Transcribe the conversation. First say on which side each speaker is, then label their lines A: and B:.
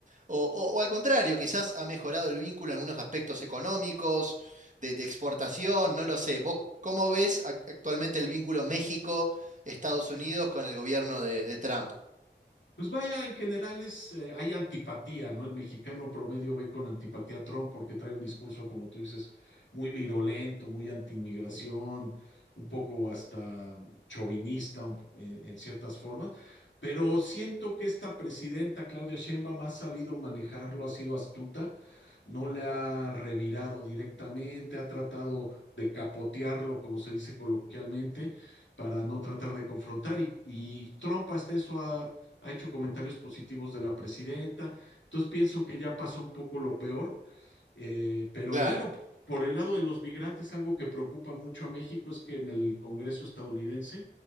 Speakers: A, on the right; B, on the left.
A: O, o- o al contrario, quizás ha mejorado el vínculo en algunos aspectos económicos de, de exportación, no lo sé. ¿Vos cómo ves ac- actualmente el vínculo México-Estados Unidos con el gobierno de, de Trump?
B: Pues vaya, en general es, eh, hay antipatía, ¿no? El mexicano promedio ve con antipatía a Trump porque trae un discurso, como tú dices, muy virulento, muy antiinmigración, un poco hasta chauvinista un- en, en ciertas formas. Pero siento que esta presidenta, Claudia Sheinbaum, ha sabido manejarlo, ha sido astuta, no le ha revirado directamente, ha tratado de capotearlo, como se dice coloquialmente, para no tratar de confrontar. Y, y Trump hasta eso ha hecho comentarios positivos de la presidenta. Entonces pienso que ya pasó un poco lo peor, eh, pero
A: Claro.
B: bueno, por el lado de los migrantes, algo que preocupa mucho a México es que en el Congreso estadounidense